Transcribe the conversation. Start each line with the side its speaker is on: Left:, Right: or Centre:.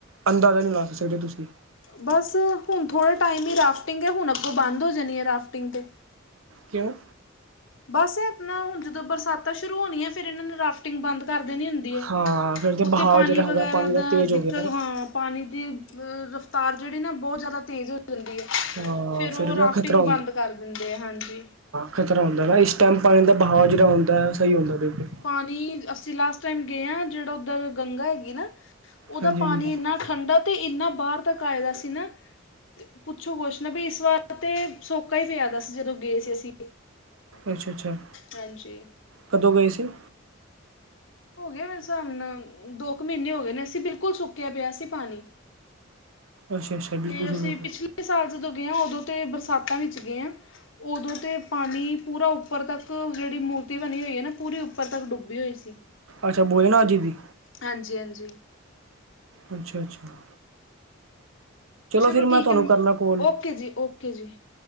Right: ਅੰਦਾਜ਼ਾ ਨਈ ਲਾ ਸਕਦੇ ਤੁਸੀਂ।
Left: ਬਸ ਹੁਣ ਥੋੜ੍ਹਾ ਟਾਈਮ ਈ ਰਾਫਟਿੰਗ ਐ। ਹੁਣ ਅੱਗੋਂ ਬੰਦ ਹੋ ਜਾਣੀ ਐ ਰਾਫਟਿੰਗ ਤੇ।
Right: ਕਿਉਂ?
Left: ਬਸ ਇਹ ਆਪਣਾ ਹੁਣ ਜਦੋਂ ਬਰਸਾਤਾਂ ਸ਼ੁਰੂ ਹੋਣੀਆਂ ਫਿਰ ਇਹਨਾਂ ਨੇ ਰਾਫਟਿੰਗ ਬੰਦ ਕਰ ਦੇਨੀ ਹੁੰਦੀ ਐ।
Right: ਹਾਂ ਫਿਰ ਤੇ
Left: ਉੱਥੇ
Right: ਬਹਾਵ
Left: ਪਾਣੀ
Right: ਜਿਹੜਾ ਹੈਗਾ
Left: ਵਗੈਰਾ
Right: ਪਾਣੀ
Left: ਦਾ
Right: ਤੇਜ਼
Left: ਦਿੱਕਤ
Right: ਹੋ ਗਿਆ ਨਾ
Left: ਹਾਂ ਪਾਣੀ ਦੀ ਰਫਤਾਰ ਜਿਹੜੀ ਨਾ ਬਹੁਤ ਜ਼ਿਆਦਾ ਤੇਜ਼ ਹੋ ਦੀ ਹੈ
Right: ਹਾਂ
Left: ਫਿਰ ਉਹ ਰਾਫਟਿੰਗ
Right: ਨਾ ਖ਼ਤਰਾ
Left: ਬੰਦ ਕਰ ਦਿੰਦੇ ਆ ਹਾਂਜੀ
Right: ਖਤਰਾ ਹੁੰ ਦਾ ਨਾ ਇਸ ਟਾਈਮ ਪਾਣੀ ਦਾ ਬਹਾਵ ਜੇੜਾ ਹੁੰਦਾ ਸਹੀ ਹੁੰਦਾ ਬਿਲਕੁਲ
Left: ਪਾਣੀ ਅਸੀਂ ਲਾਸਟ ਟਾਈਮ ਗਏ ਹਾਂ ਜਿਹੜਾ ਉੱਧਰ ਗੰਗਾ ਹੈਗੀ ਨਾ ਉਹਦਾ
Right: ਹਾਂਜੀ ਹਾਂਜੀ
Left: ਪਾਣੀ ਇੰਨਾ ਠੰਡਾ ਤੇ ਇੰਨਾ ਬਾਹਰ ਤੱਕ ਆਏ ਦਾ ਸੀ ਨਾ ਤੇ ਪੁੱਛੋ ਕੁਛ ਨਾ ਇਸ ਵਾਰ ਤੇ ਸੋਕਾ ਹੀ ਪਿਆ ਸੀ ਜਦੋਂ ਗਏ ਸੀ ਅਸੀਂ
Right: ਅੱਛਾ, ਅੱਛਾ
Left: ਹਾਂਜੀ
Right: ਕਦੋਂ ਗਏ ਸੀ
Left: ਹੋ ਗਿਆ ਮੇਰੇ ਹਿਸਾਬ ਨਾਲ ਦੋ ਕੇ ਮਹੀਨੇ ਹੋ ਗਏ ਨੇ ਅਸੀਂ ਬਿਲਕੁਲ ਸੁੱਕਿਆ ਪਿਆ ਸੀ ਪਾਣੀ
Right: ਅੱਛਾ ਅੱਛਾ ਬਿਲਕੁਲ
Left: ਤੇ ਅਸੀਂ ਪਿਛਲੇ ਸਾਲ ਜਦੋਂ ਗਏ ਹਾਂ ਉਦੋਂ ਤੇ ਬਰਸਾਤਾਂ ਵਿੱਚ ਗਏ ਹਾਂ ਉਦੋਂ ਤੇ ਪਾਣੀ ਪੂਰਾ ਉੱਪਰ ਤੱਕ ਜਿਹੜੀ ਮੂਰਤੀ ਬਣੀ ਹੋਈ ਹੈ ਨਾ ਪੂਰੀ ਉੱਪਰ ਤੱਕ ਡੁੱਬੀ ਹੋਈ ਸੀ
Right: ਅੱਛਾ ਬੋਏ ਨਾ ਅਜੇ ਦੀ
Left: ਹਾਂਜੀ, ਹਾਂਜੀ
Right: ਅੱਛਾ, ਅੱਛਾ
Left: ਚਲੋ
Right: ਫਿਰ ਮੈਂ
Left: ਠੀਕ
Right: ਤੁਹਾਨੂੰ
Left: ਹੈ
Right: ਕਰਨਾ ਕੋਲ
Left: ਓਕੇ ਜੀ ਓਕੇ ਜੀ